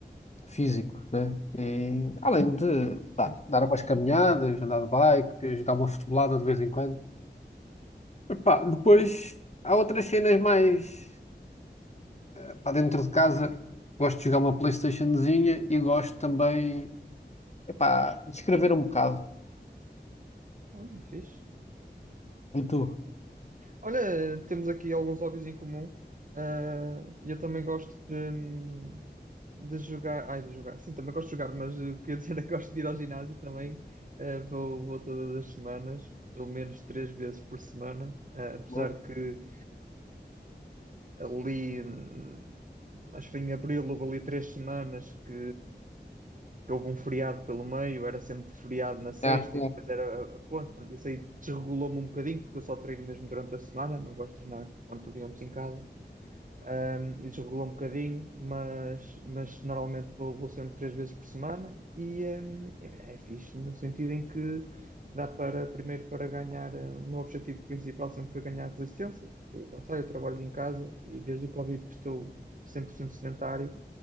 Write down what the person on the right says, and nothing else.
Sim.
Olha, fixe.
Olha, temos aqui alguns hobbies em comum. Ah, eu também gosto de, de jogar. Ai, de jogar. Sim, também gosto de jogar, mas eh, quer dizer, é que gosto de ir ao ginásio também. Ah, vou, vou todas as semanas, pelo menos três vezes por semana. Ah, apesar
de que ah, ali, hum, acho que foi em abril, houve ali três semanas que que houve um feriado pelo meio, era sempre feriado na sexta
e depois era a, a ponte. Pronto, isso aí desregulou-me um bocadinho, porque eu só treino mesmo durante a semana, não gosto de treinar quando estou, digamos, em casa. Um, e desregulou um bocadinho, mas, mas normalmente vou, vou sempre três vezes por semana e um, é, é fixe no sentido em que dá para, primeiro, para ganhar. uh, O meu objetivo principal sempre foi ganhar resistência, porque lá está, eu trabalho em casa e desde o Covid que estou 100% sedentário